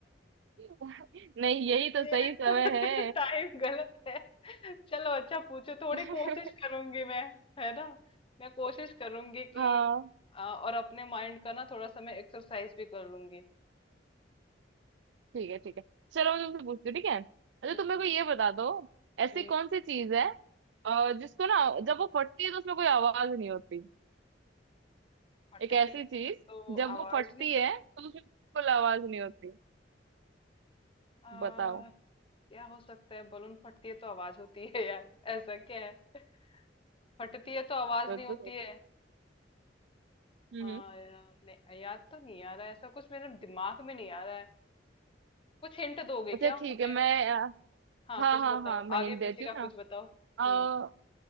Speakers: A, on the right; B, on the left.
A: <laughs> नहीं यही तो
B: ये
A: सही समय
B: टाइम
A: है
B: गलत है चलो अच्छा पूछो थोड़ी
A: <laughs>
B: कोशिश करूंगी मैं है ना मैं कोशिश करूंगी कि
A: हाँ
B: आ, और अपने माइंड का ना थोड़ा सा मैं एक्सरसाइज भी कर लूंगी
A: ठीक है ठीक है चलो मैं तुमसे पूछती हूँ ठीक है अच्छा
B: हम्म
A: तुम मेरे को
B: ठीक
A: ये बता
B: है
A: दो
B: हम्म
A: ऐसी कौन सी चीज है अ, जिसको ना जब वो फटती है तो उसमें कोई आवाज नहीं होती
B: फटती
A: एक ऐसी चीज
B: है तो
A: जब
B: आवाज
A: वो फटती
B: नहीं होती
A: है तो उसमें बिल्कुल आवाज नहीं होती
B: हाँ
A: बताओ
B: क्या हो सकता है बलून फटती है तो आवाज होती है यार ऐसा क्या है फटती है तो आवाज
A: मैं
B: नहीं
A: तो
B: होती
A: सोचो
B: है
A: हम्म
B: हाँ यार नहीं याद तो नहीं आ रहा है, ऐसा कुछ मेरे दिमाग में नहीं आ रहा है कुछ हिंट दोगे
A: अच्छा
B: क्या
A: ठीक
B: मुझे
A: है मैं अ,
B: हाँ
A: हाँ
B: कुछ
A: हाँ
B: बताओ
A: हाँ मैं
B: आगे
A: हिंट देती
B: पीछे का
A: हूँ ना
B: कुछ बताओ
A: अ,
B: हम्म